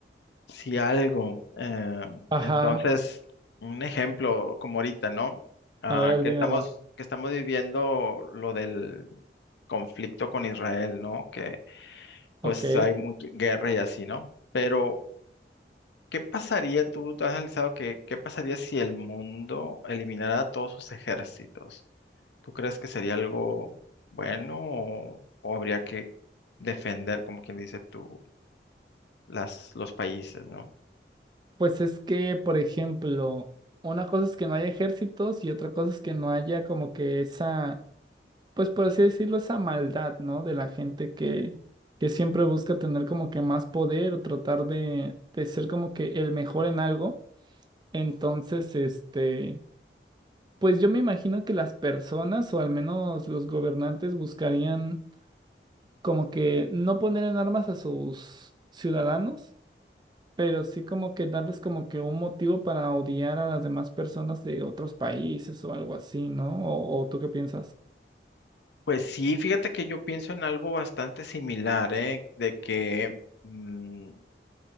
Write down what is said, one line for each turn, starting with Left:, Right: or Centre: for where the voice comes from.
Left: si algo. eh,
Right: Ajá,
Left: entonces, un ejemplo como ahorita, ¿no? Ah,
Right: a ver,
Left: que
Right: dímelo.
Left: estamos, que estamos viviendo lo del conflicto con Israel, ¿no? Que pues
Right: Ok.
Left: hay mucha guerra y así, ¿no? Pero ¿Qué pasaría, tú te has analizado que, qué pasaría si el mundo eliminara todos sus ejércitos? ¿Tú crees que sería algo bueno o, o habría que defender, como quien dice tú, las, los países, ¿no?
Right: Pues es que, por ejemplo, una cosa es que no haya ejércitos y otra cosa es que no haya como que esa, pues por así decirlo, esa maldad, ¿no? De la gente que, que siempre busca tener como que más poder o tratar de, de ser como que el mejor en algo. Entonces, este, pues yo me imagino que las personas o al menos los gobernantes buscarían... como que no poner en armas a sus ciudadanos, pero sí como que darles como que un motivo para odiar a las demás personas de otros países o algo así, ¿no? ¿O, o tú qué piensas?
Left: Pues sí, fíjate que yo pienso en algo bastante similar, ¿eh? De que, mm,